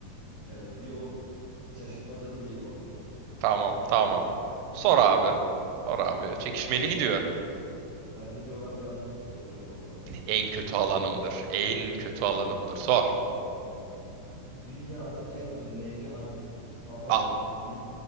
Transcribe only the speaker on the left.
Evet, bir o şaşırtmacalı diye korktum.
Tamam.
O zaman
ben de coğrafyadan soruyorum o zaman.
Hazır
mısın?
Hadi bakalım. Dünyanın en uzun nehri hangisidir? Amazon,
Nil,